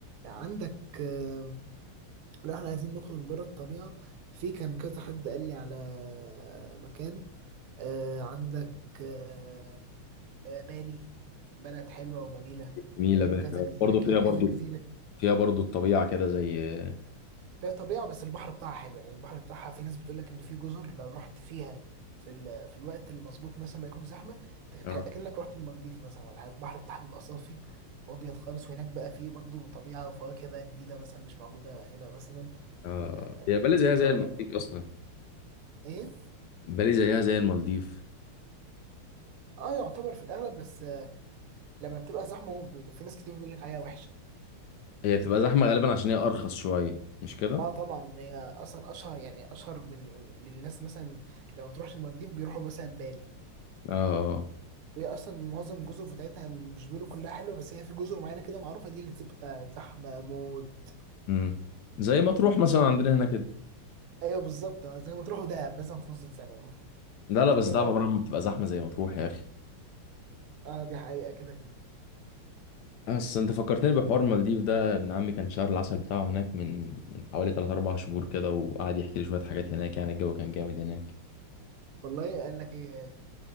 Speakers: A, on the right (about 75°); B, on the left (about 75°).
A: عندك آه، لو احنا عايزين نخرج بره الطبيعه في كان كذا حد قال لي على مكان آه، عندك آه، آه، بالي بلد حلوة وجميلة
B: جميله
A: آه،
B: بقى
A: كذا جزيرة
B: برضه
A: ك-
B: فيها
A: كذا
B: برضه
A: جزيرة
B: فيها برضه الطبيعه كده زي اه
A: فيها طبيعة بس البحر بتاعها حلو يعني البحر بتاعها في ناس بتقول لك إن في جزر لو رحت فيها في ال... في الوقت المظبوط مثلا ما يكونش زحمة تت-
B: اه
A: أكنك رحت المالديف مثلا ولا حاجة. البحر بتاعها بيبقى صافي وأبيض خالص وهناك بقى فيه برضو طبيعة وفواكه بقى جديدة مثلا مش موجودة هنا مثلا
B: آه.
A: آه،
B: هي بالي
A: ممكن
B: زيها
A: تدوها
B: زي المالديف
A: بقى
B: اصلا
A: إيه؟
B: بالي زيها زي المالديف
A: اه يعتبر في الأغلب بس آه، لما بتبقى زحمة وب- في ناس كتير بتقول لك عليها وحشة
B: هي بتبقى زحمه غالبا عشان هي ارخص شويه مش كده
A: اه طبعا هي اصلا اشهر يعني اشهر بن- للناس مثلا لو تروح المالديف بيروحوا مثلا بالي
B: اه
A: وهي اصلا معظم الجزر بتاعتها مش بيقولوا كلها حلوه بس هي في جزر معينه كده معروفه دي اللي بتبقى زحمه موت
B: امم زي ما تروح مثلا عندنا هنا كده
A: ايوه بالظبط آه، زي ما تروحوا دهب مثلا في نص السنه
B: لا لا
A: اتنين
B: بس ده عمرها ما بتبقى زحمه زي ما تروح يا اخي
A: اه دي حقيقه كده كده
B: بس انت فكرتني بحوار المالديف ده ابن عمي كان شهر العسل بتاعه هناك من من حوالي 3 4 شهور كده وقعد يحكي لي شويه حاجات هناك يعني الجو كان جامد هناك
A: والله قال لك ايه